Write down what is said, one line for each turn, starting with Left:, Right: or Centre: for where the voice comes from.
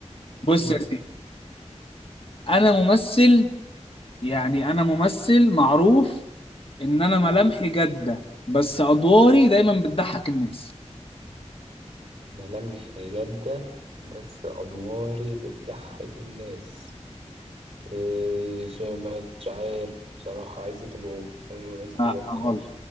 Left: بص
Right: مم.
Left: يا سيدي انا ممثل يعني انا ممثل معروف ان انا ملامحي جاده بس ادواري دايما بتضحك الناس
Right: ملامح جاده بس ادواري بتضحك الناس إيه مش عارف بصراحه عزت ابو عوف خلينا نقول عزت
Left: آه
Right: ابو عوف
Left: آه،
Right: خلاص
Left: غلط